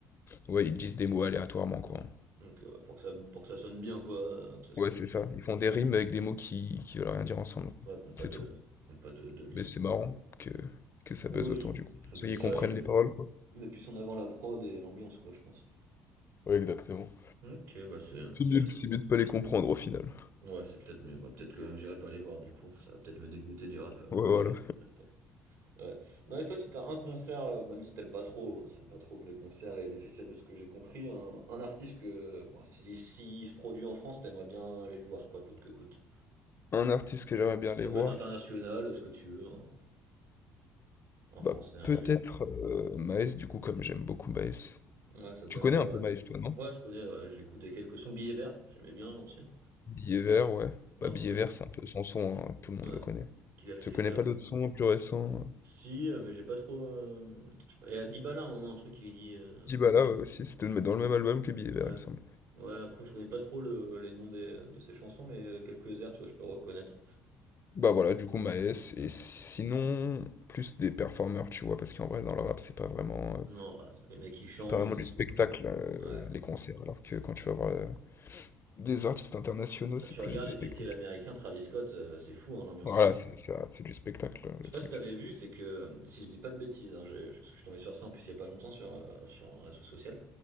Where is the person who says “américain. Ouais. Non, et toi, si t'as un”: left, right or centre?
Right